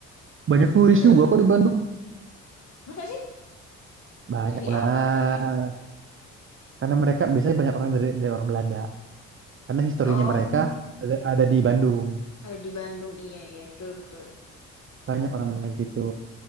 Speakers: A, on the left; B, on the right.
A: klasik
B: Banyak turis
A: banget.
B: juga kok di Bandung.
A: Masa sih?
B: Banyak
A: Cari
B: lah,
A: apa mereka ya?
B: karena mereka biasanya banyak orang dari, dari orang Belanda, karena historinya
A: Oh,
B: mereka ada, ada di Bandung.
A: ada di Bandung. Iya, iya, betul, betul.
B: Banyak orang Belanda di situ.